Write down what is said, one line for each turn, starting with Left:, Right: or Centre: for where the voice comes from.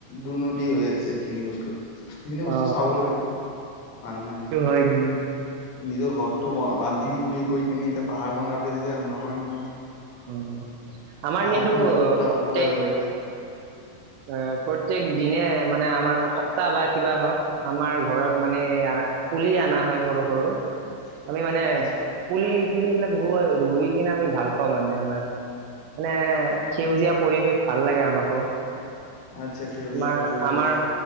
Left: দুৰ্নতি হৈ আছে, সেইখিনি বস্তু। এই খিনি বস্তু
Right: অ
Left: চাব লাগে মানুহে।
Right: সেইটো হয় কিন্তু
Left: নিজৰ ঘৰটো বান্ধিম বুলি কৈ কিনে এতিয়া পাহাৰখন কাটি দিলে নহয়, নহয়।
Right: উম। আমাৰ
Left: পাহাৰখনতো
Right: কিন্তু
Left: বহুত
Right: আহ, প্ৰত্যেক
Left: আগৰ পৰাই হৈ আছে।
Right: আহ, প্ৰত্যেক দিনে মানে আমাৰ সপ্তাহ বা কিবা হওঁক আমাৰ ঘৰত মানে পুলি অনা হয় সৰু সৰু।
Left: <unintelligible>
Right: আমি মানে
Left: আচ্ছা
Right: পুলি পুলিবিলাক ৰু ৰুই কিনে আমি ভাল পাওঁ মানে আমাৰ। মানে সেউজীয়া পৰিৱেশ ভাল লাগে আমাকো।
Left: আচ্ছা সেউজীয়া
Right: আমাৰ,
Left: পৰিৱেশ ভাল
Right: আমাৰ,
Left: লাগে